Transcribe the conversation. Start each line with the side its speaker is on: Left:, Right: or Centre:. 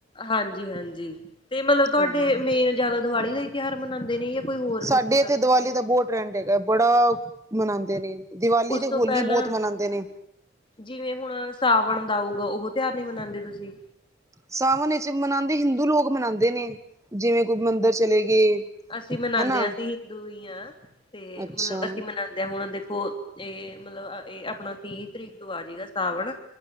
Left: ਹਾਂਜੀ, ਹਾਂਜੀ ਤੇ ਮਤਲਬ ਤੁਹਾਡੇ
Right: ਹਾਂ
Left: ਮੇਨ ਜਿਆਦਾ ਦੀਵਾਲੀ ਦਾ ਈ ਤਿਉਹਾਰ ਮਨਾਉਂਦੇ ਨੇ ਜਾਂ ਕੋਈ ਹੋਰ ਵੀ
Right: ਸਾਡੇ
Left: ਇਸ ਤੋਂ ਪਹਿਲਾਂ
Right: ਇੱਥੇ
Left: ਮਨਾਉਂਦੇ
Right: ਦੀਵਾਲੀ
Left: ਨੇ
Right: ਦਾ ਬੋਤ ਟਰੈਂਡ ਹੈਗਾ, ਬੜਾ ਮਨਾਂਦੇ ਨੇ, ਦੀਵਾਲੀ
Left: ਉਸ
Right: ਤੇ
Left: ਤੋਂ
Right: ਹੋਲੀ
Left: ਪਹਿਲਾਂ
Right: ਬੋਤ ਮਨਾਂਦੇ ਨੇ।
Left: ਜਿਵੇਂ ਹੁਣ ਸਾਵਣ ਦਾ ਆਊਗਾ ਉਹ ਤਿਉਹਾਰ ਨੀਂ ਮਨਾਂਦੇ ਤੁਸੀਂ।
Right: ਸਾਵਨ ਇੱਚ ਮਨਾਂਦੇ, ਹਿੰਦੂ ਲੋਕ ਮਨਾਂਦੇ ਨੇ, ਜਿਵੇਂ ਕੋਈ ਮੰਦਿਰ ਚਲੇ ਗਏ।
Left: ਅਸੀਂ ਮਨਾਂਦੇ
Right: ਹਨਾ
Left: ਆ, ਅਸੀ ਹਿੰਦੂ ਈ ਆਂ ਤੇ
Right: ਅੱਛਾ
Left: ਮਤਲਬ ਅਸੀਂ ਮਨਾ ਤੇ ਹੁਣ ਦੇਖੋ ਏ ਮਤਲਬ ਏ ਆਪਣਾ ਤੀਹ ਤਰੀਕ ਤੋਂ ਆ ਜਏਗਾ ਸਾਵਣ।